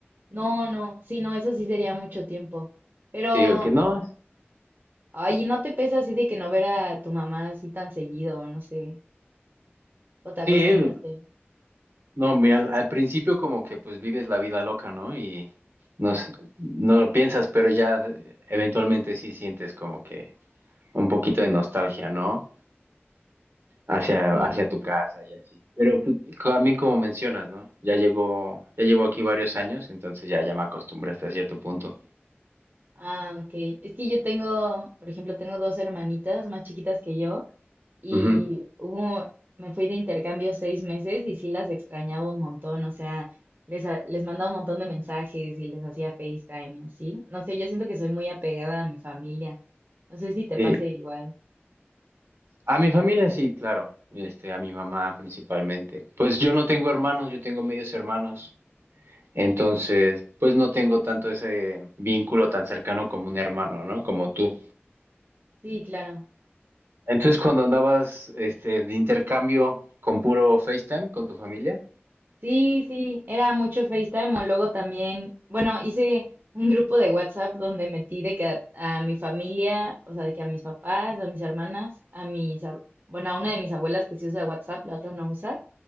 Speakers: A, on the right; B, on the right.
A: No, no, sí, no, eso sí sería mucho tiempo. Pero,
B: Sí, ok, no.
A: ay, ¿no te pesa así de que no ver a tu mamá así tan seguido, no sé? ¿O te acostumbraste?
B: Sí, eh, no, mira, al, al principio como que pues vives la vida loca, ¿no? Y no, s- no lo piensas, pero ya de- eventualmente sí sientes como que un poquito de nostalgia, ¿no? Hacia,
A: Sí,
B: hacia tu casa y así. Pero pues, también como mencionas, ¿no? Ya llegó, ya llevo aquí varios años, entonces ya, ya me acostumbré hasta cierto punto.
A: Ah, ok. Es que yo tengo, por ejemplo, tengo dos hermanitas más chiquitas que yo y
B: Ujú.
A: hubo, me fui de intercambio seis meses y sí las extrañaba un montón, o sea, les, ha- les mandaba un montón de mensajes y les hacía FaceTime y así. No sé, yo siento que soy muy apegada a mi familia. No sé si te
B: Sí.
A: pase igual.
B: A mi familia sí, claro. Este, a mi mamá principalmente. Pues yo no tengo hermanos, yo tengo medios hermanos. Entonces, pues no tengo tanto ese vínculo tan cercano como un hermano, ¿no? Como tú.
A: Sí, claro.
B: Entonces, cuando andabas, este, de intercambio con puro FaceTime con tu familia.
A: Sí, sí, era mucho FaceTime o luego también, bueno, hice un grupo de WhatsApp donde metí de que a, a mi familia, o sea, de que a mis papás, a mis hermanas, a mis, ab- bueno, a una de mis abuelas que sí usa WhatsApp, la otra no usa,